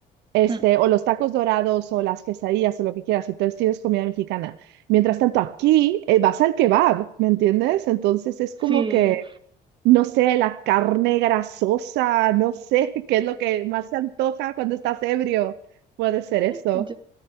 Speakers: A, on the right; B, on the right.
A: este,
B: Hmm,
A: o los tacos dorados o las quesadillas o lo que quieras, entonces tienes comida mexicana. Mientras tanto, aquí eh, vas al kebab, ¿me entiendes? Entonces es como
B: Sí,
A: que, no sé, la carne grasosa, no sé, <laughs> qué es lo que más se antoja cuando estás ebrio. Puede ser eso.
B: ya-